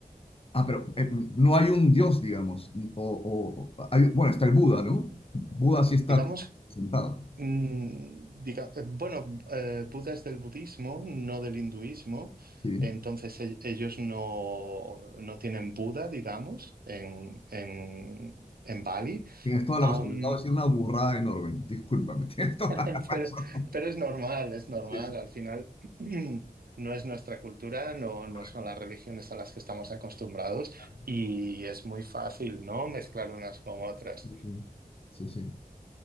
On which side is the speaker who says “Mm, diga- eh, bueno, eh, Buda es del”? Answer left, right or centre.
Right